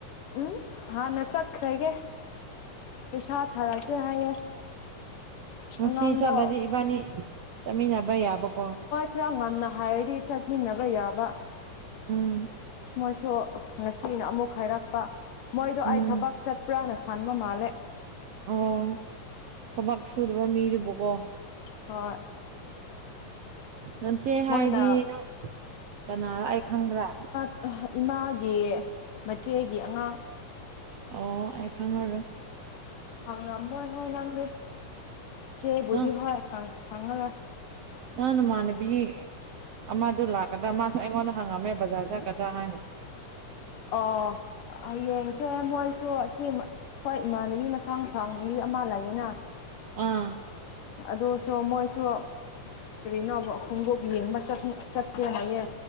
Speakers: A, on the left (about 80°); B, on the right (about 65°).
A: ꯎꯝ ꯍꯥꯟꯅ ꯆꯠꯈ꯭ꯔꯒꯦ꯫ ꯄꯩꯁꯥ ꯊꯥꯔꯛꯀꯦ ꯍꯥꯏꯌꯦ꯫
B: ꯉꯁꯤ
A: ꯑꯉꯥꯡꯗꯣ
B: ꯆꯠꯂꯗꯤ ꯏꯕꯥꯅꯤ ꯆꯠꯃꯤꯟꯅꯕ ꯌꯥꯕꯀꯣ꯫
A: ꯈꯥꯔ ꯉꯟꯅ ꯍꯥꯏꯔꯗꯤ ꯆꯠꯃꯤꯟꯅꯕ ꯌꯥꯕ꯫
B: ꯎꯝ
A: ꯃꯣꯏꯁꯨ ꯉꯁꯤꯅ ꯑꯃꯨꯛ ꯍꯥꯏꯔꯛꯄ ꯃꯣꯏꯗꯣ
B: ꯎꯝ
A: ꯑꯩ ꯊꯕꯛ ꯆꯠꯄ꯭ꯔꯥꯅ ꯈꯟꯕ ꯃꯥꯜꯂꯦ꯫
B: ꯑꯣ ꯊꯕꯛ ꯁꯨꯗꯕ ꯃꯤꯗꯨꯕꯨꯀꯣ꯫
A: ꯍꯣꯏ
B: ꯅꯆꯦ ꯍꯥꯏꯗꯤ
A: ꯃꯣꯏꯅ
B: ꯅꯪ ꯀꯅꯥꯔ ꯑꯩ ꯈꯪꯕ꯭ꯔꯥ?
A: ꯑ ꯏꯃꯥꯒꯤ ꯃꯆꯦꯒꯤ ꯑꯉꯥꯡ
B: ꯑꯣ ꯑꯩ ꯈꯪꯉꯔꯣꯏ
A: ꯈꯪꯉꯝꯔꯣꯏ ꯍꯦ ꯅꯪꯗꯤ ꯆꯦꯕꯨꯗꯤ
B: ꯅꯪ
A: ꯍꯣꯏ ꯈꯪꯉꯔꯣꯏ
B: ꯅꯪ ꯅꯃꯥꯟꯅꯕꯤ ꯑꯃꯗꯨ ꯂꯥꯛꯀꯗ꯭ꯔꯥ ꯃꯥꯁꯨ ꯑꯩꯉꯣꯟꯗ ꯍꯪꯉꯝꯃꯦ ꯕꯖꯥꯔ ꯆꯠꯀꯗ꯭ꯔꯥ ꯍꯥꯏꯅ
A: ꯑꯣ ꯍꯌꯦꯡꯁꯦ ꯃꯣꯏꯁꯨ ꯑꯁꯤꯃ ꯍꯣꯏ ꯏꯃꯥꯟꯅꯕꯤ ꯃꯁꯥꯡ ꯁꯥꯡꯒꯤ ꯑꯃ ꯂꯩꯌꯦꯅ
B: ꯑꯥ
A: ꯑꯗꯨꯁꯨ ꯃꯣꯏꯁꯨ ꯀꯔꯤꯅꯣꯕ ꯈꯣꯡꯒꯨꯞ ꯌꯦꯡꯕ ꯆꯠ <unintelligible> ꯆꯠꯆ‌ꯦ ꯍꯥꯏꯌꯦ